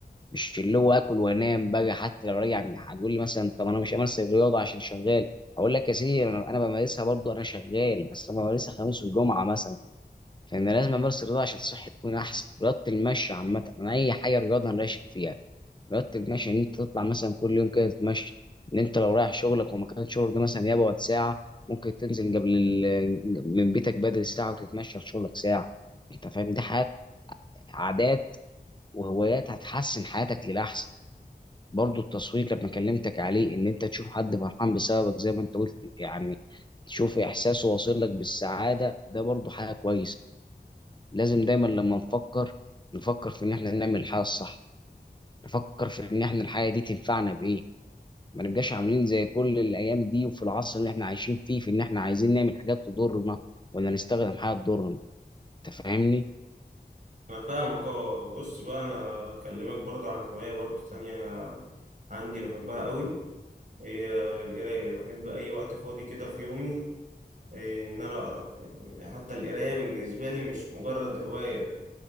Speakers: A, on the left; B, on the right.
A: مش اللي هو اكل وانام بقى حتى لو راجع من- هتقول لي مثلا طب انا مش همارس الرياضه عشان شغال اقول لك يا سيدي انا أنا بمارسها برضه انا شغال بس انا بمارسها خميس وجمعه مثلا فانا لازم امارس الرياضه عشان صحتي تكون احسن رياضه المشي عامه انا اي حاجه رياضه انا راشد فيها رياضه المشي ان انت تطلع مثلا كل يوم كده تتمشى ان انت لو رايح شغلك ومكان شغلك ده مثلا يبعد ساعه ممكن تنزل قبل ال... من بيتك بدري ساعه وتتمشى لشغلك ساعه انت فاهم دي حاجات عادات وهوايات هتحسن حياتك للاحسن برضو التصوير لما كلمتك عليه ان انت تشوف حد فرحان بسببك زي ما انت قلت يعني تشوف احساسه واصل لك بالسعاده ده برضو حاجه كويسه لازم دايما لما نفكر نفكر في ان احنا نعمل الحاجه الصح نفكر في ان احنا الحاجه دي تنفعنا بايه ما نبقاش عاملين زي كل الايام دي وفي العصر اللي احنا عايشين فيه في ان احنا عايزين نعمل حاجات تضرنا ولا نستخدم حاجه تضرنا انت فاهمني
B: أنا فاهمك أه بص بقى أنا أكلمك برضه عن هواية برضه تانية عندي بحبها قوي هي القراية بحب أي وقت فاضي كده في يومي إيه، إن أنا أقرأ يعني حتى القراية بالنسبة لي مش مجرد هواية